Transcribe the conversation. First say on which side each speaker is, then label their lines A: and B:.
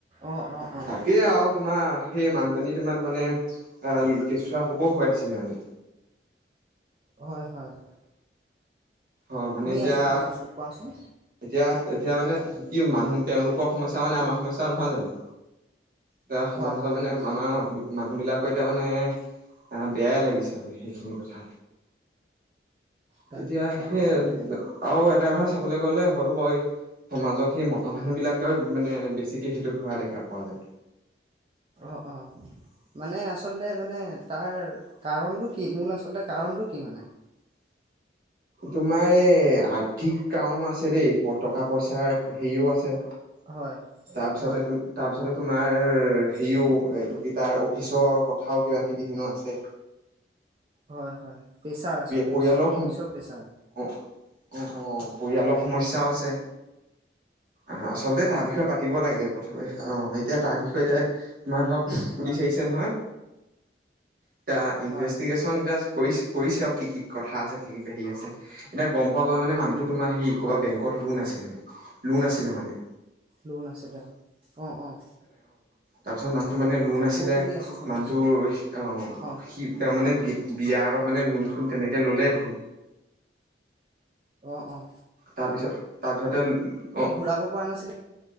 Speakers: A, on the right (about 30°); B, on the right (about 50°).
A: অ অ অ
B: তাকেই আৰু তোমাৰ সেই মানুহজনী, কিমান মানে অহ কেঁচুৱা হ'ব হৈ আছিলে মানে।
A: হয় হয়।
B: অ মানে
A: শুনি
B: এতিয়া
A: আছোঁ শুনি আছোঁ কোৱাচোন
B: এতিয়া এতিয়া মানে কি কি মানুহ তেওঁলোকৰ সমস্যা মানে আমাৰ সমস্যা। নহয় জানো? এয়া সমাজৰ
A: হয় হয়
B: মানে
A: হয়
B: মামাৰ মাহী মানুহ বিলাকৰ এতিয়া মানে আহ বেয়াই লাগিছে মানে সেইখিনি কথা
A: তাক
B: এতিয়া
A: তাকে
B: হে আৰু
A: তাকে
B: এটা কথা চাবলৈ গ'লে সৰু হয় সমাজত সেই মতা মানুহ বিলাকে মানে বেছিক হোৱা দেখা পোৱা যায়।
A: অ অ মানে আচলতে মানে তাৰ কাৰণটো কি মূল আচলতে কাৰণটো কি মানে?
B: তোমাৰ এই আৰ্থিক কাৰণো আছে দেই টকা পইচাৰ সেও আছে।
A: হয়
B: তাৰপিছতে
A: হয়
B: তাৰপিছত তোমাৰ হেৰিও এইটো কি তাৰ অফিচৰ কথাও কিবা কিবি হেনো আছে।
A: হয় হয় প্ৰেছাৰ আচলতে
B: পৰিয়ালৰ সম
A: অফিচৰ প্ৰেছাৰ।
B: অ অ অ পৰিয়ালৰ সমস্যাও আছে। আহ আচলতে
A: অ
B: তাৰ বিষয়ে
A: অ
B: পাতিব লাগে। কথা অ এতিয়া তাৰ বিষয়ে এ তোমাৰ ধৰ পুলিচ
A: হয়
B: আহিছে নহয়। এটা ইনভেষ্টিগেশ্যন
A: হয়
B: এতিয়া কৰিছে কৰিছে আৰু কি কি কথা আছে কি কি হেৰি আছে এতিয়া গম পোৱা গ'ল মানে মানুহটো তোমাৰ হৰি ক'ৰবা
A: হয়
B: বেংকত
A: হয়
B: লোন আছিলে লোন আছিলে মানে।
A: লোন আছে তাৰ অঁ অ'।
B: তাৰ পিছত মানে? মানে লোন ন আছিলে
A: শু শুনি আছো শুনি
B: মানুহটোৰ
A: আছো অ
B: সি তেওঁ তাৰ মানে বি বিয়া আগত মানে লোন চোন কেনেকে ললে ধেৰ
A: অঁ অঁ।
B: তাৰ পিছত তাৰপিছতে অ
A: ঘূৰাব পৰা নাছিলে